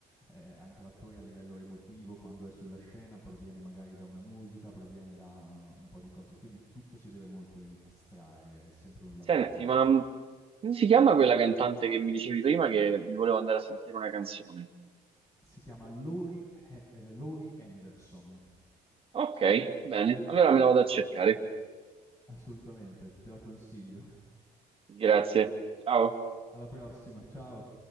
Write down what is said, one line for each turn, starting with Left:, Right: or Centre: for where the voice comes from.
Left: ehm, anche l'attore a livello emotivo quando è sulla scena proviene magari da una musica, proviene da un po' di cose, quindi tutto si deve molto incastrare, è sempre un lavoro
Right: Senti,
Left: di gruppo.
Right: ma mm, come si chiama quella cantante che mi dicevi prima che mi voleva andare a sentire una canzone?
Left: Si chiama Laurie He ehm, Laurie Henderson.
Right: Ok, bene. Allora me la vado a cercare.
Left: Assolutamente, te la consiglio.
Right: Grazie. Ciao.
Left: Alla prossima, ciao!